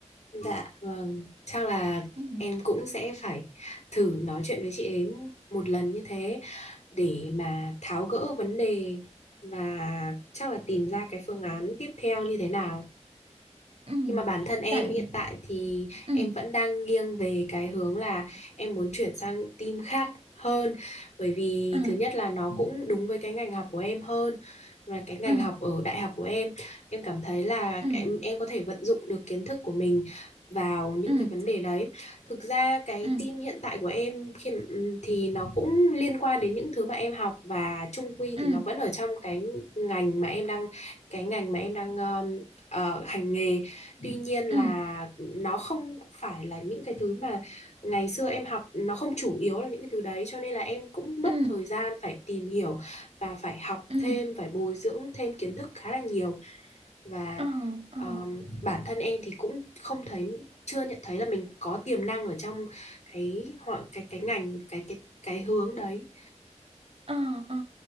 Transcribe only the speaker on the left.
Dạ vâng, chắc là
em cũng sẽ phải thử nói chuyện với chị ấy một lần như thế để mà tháo gỡ vấn đề và chắc là tìm ra cái phương án tiếp theo như thế nào.
Nhưng mà bản thân em
hiện tại thì
em vẫn đang nghiêng về cái hướng là em muốn chuyển sang team khác hơn bởi vì
thứ nhất là nó cũng đúng với cái ngành học của em hơn và cái ngành
học ở đại học của em em cảm thấy là
em em có thể vận dụng được kiến thức của mình vào những
cái vấn đề đấy. Thực ra cái
team hiện tại của em khi mà- ừm, thì nó cũng liên quan đến những thứ mà em học và chung quy
thì nó vẫn ở trong cái ngành mà em đang cái ngành mà em đang ờm, ờ, hành nghề Tuy nhiên là
nó không phải là những cái thứ mà ngày xưa em học nó không chủ yếu là những cái thứ đấy cho nên là em cũng mất
thời gian phải tìm hiểu và phải học
thêm phải bồi dưỡng thêm kiến thức khá là nhiều và
um, bản thân em thì cũng không thấy chưa nhận thấy là mình có tiềm năng ở trong cái họ cái cái ngành cái cái cái hướng đấy